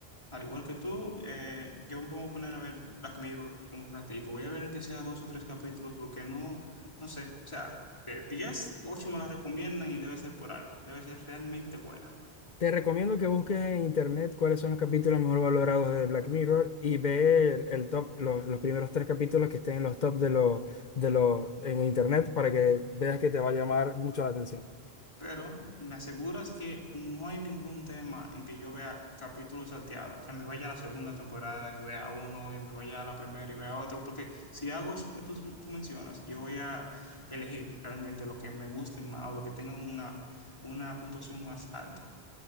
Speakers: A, on the left; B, on the left.
A: Al igual que tú, eh, yo me voy a poner a ver Black Mirror un ratico. Voy a ver en que sea dos o tres capítulos porque no, no sé. O sea, de 10, 8 me la recomiendan y debe ser por algo. Debe ser realmente buena.
B: Te recomiendo que busques en internet cuáles son los capítulos mejor valorados de Black Mirror y ve el, el top, los, los primeros tres capítulos que estén en los top de los, de los, en internet para que veas que te va a llamar mucho la atención.
A: Pero me aseguras que no hay ningún tema en que yo vea capítulos salteados, que me vaya a la segunda temporada y vea uno y me vaya a la primera y vea otro. Porque si hago eso que tú, tú mencionas, yo voy a elegir realmente lo que me guste más o lo que tenga una, una puntuación más alta.